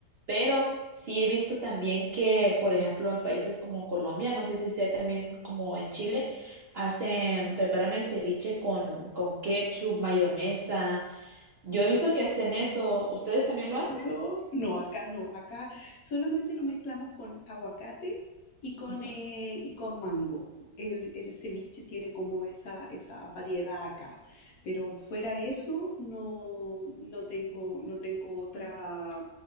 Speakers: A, on the right; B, on the left.
A: pero sí he visto también que, por ejemplo, en países como Colombia, no sé si sea también como en Chile, hacen, preparan el ceviche con, con ketchup, mayonesa. Yo he visto que hacen eso. ¿Ustedes también lo hacen?
B: No, no, acá no, acá solamente lo mezclamos con aguacate y con,
A: Ujú.
B: eh, y con mango. El, el ceviche tiene como esa, esa variedad acá, pero fuera eso no, no tengo, no tengo otra,